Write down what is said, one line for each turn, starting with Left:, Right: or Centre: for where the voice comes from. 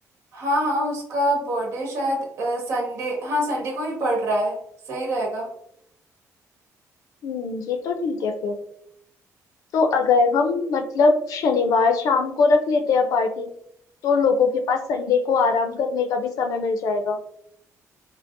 Right: हाँ हाँ उसका बर्थडे शायद संडे हाँ संडे को ही पड़ रहा है सही रहेगा
Left: हम्म ये तो ठीक है फिर तो अगर हम मतलब शनिवार शाम को रख लेते हैं पार्टी तो लोगों के पास संडे को आराम करने का भी समय मिल जाएगा